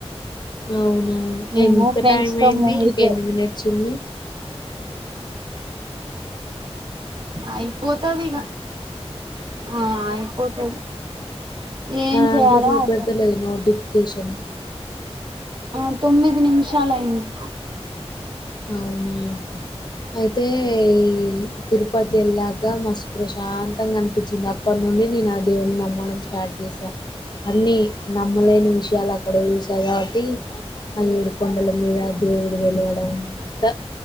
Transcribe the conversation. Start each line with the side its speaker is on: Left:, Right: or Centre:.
Left: అవునా
Right: మేము
Left: ఎంత
Right: ఫ్రెండ్స్
Left: టైం
Right: తో
Left: అయింది
Right: మూవీకి
Left: ఇంక ఎన్ని మినిట్స్ ఉంది.
Right: మ్ అయిపోతది ఇగ ఆ అయిపోతది ఏం
Left: దాంట్లో
Right: చేయాలో
Left: చూపెడతేలేదు
Right: అర్థం
Left: నోటిఫ్కేషన్.
Right: ఆ తొమ్మిది నిమిషాలు అయింది.
Left: అవునా అయితే ఈ తిరుపతి వెళ్ళాక మస్తు ప్రశాంతంగా అనిపించింది. అప్పటి నుండి నేను ఆ దేవుని నమ్మడం స్టార్ట్ చేశా అన్ని నమ్మలేని విషయాలు అక్కడ చూసా కాబట్టి ఆ ఏడు కొండల మీద దేవుడు వెలవడం అంతా